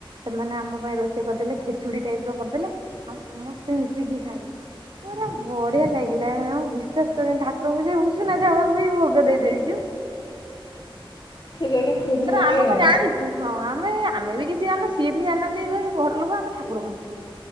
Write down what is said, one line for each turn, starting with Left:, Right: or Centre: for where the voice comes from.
Right: ସେମାନେ ଆମ ପାଇଁ ରୋଷେଇ କରିଦେଲେ ଖେଚୁଡି ଟାଇପର କରିଦେଲେ ଆଉ ସମସ୍ତେ ମିଶିକି ଖାଇଲୁ ପୁରା ବଢିଆ ଲାଗିଲା ମ୍ୟାମ୍ ବିଶ୍ୱାସ କରିବନି ଠାକୁରଙ୍କୁ ସେ ଉଷୁନା ଚାଉଳ ବି ଭୋ ଗ ଦେଇଦେଇଚୁ।
Left: ହେଲେ ଖୁସି ଲାଗେ
Right: ଆମେ
Left: ଆଉ।
Right: କଣ ଜାଣିଛୁ ହଁ ଆମେ ଆମେ ବି କିଛି ଜାଣିନୁ ସିଏ ବି ଜାଣିନାହାନ୍ତି ଘର ଲୋକ ଆମେ ଠାକୁର ପୂଜିଛୁ ଛୁ ବୋଲି